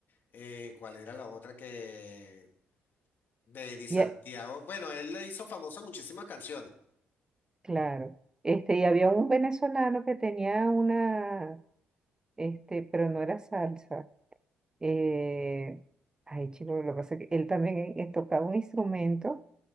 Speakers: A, on the left; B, on the right.
A: eh, ¿cuál era la otra que de Di Santiago?
B: y, e-
A: Bueno, él le hizo famosa muchísimas canciones.
B: claro. Este, y había un venezolano que tenía una, este, pero no era salsa. Eh, ay, chico, lo que pasa es que él también eh, tocaba un instrumento